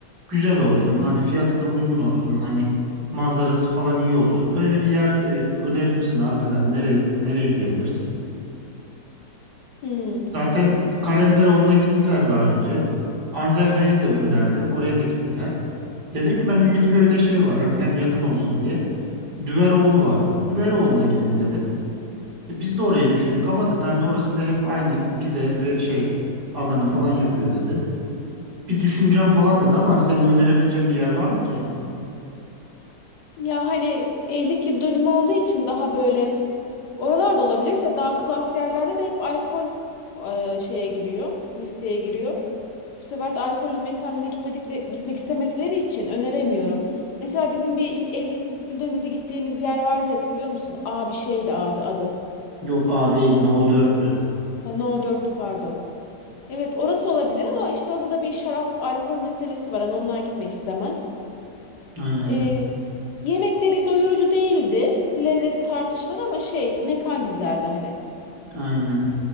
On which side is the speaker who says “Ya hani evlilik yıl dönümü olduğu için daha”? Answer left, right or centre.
Left